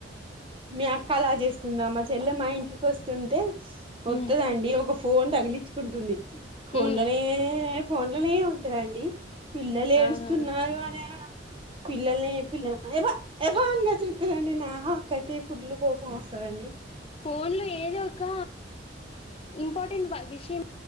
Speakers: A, on the right (about 30°); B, on the left (about 30°).
A: మీ అక్క అలా చేస్తుందా మా చెల్లె మా ఇంటికి వస్తుంటే వత్తదండి
B: ఉమ్
A: ఒక ఫోన్ తగిలించుకుంటుంది ఫోన్లో
B: ఉమ్
A: నే ఫోన్లనే ఉంటాదండి పిల్లలు ఏడుస్తున్నారు
B: అవును
A: అన్య పిల్లలని పిల్ల ఎపో ఎపో అని కాసరిస్తు అవునండి నాకైతే ఫుల్లు కోపం వస్తదండి
B: ఫోన్లో ఏదో ఒక ఇంపార్టెంట్ విషయం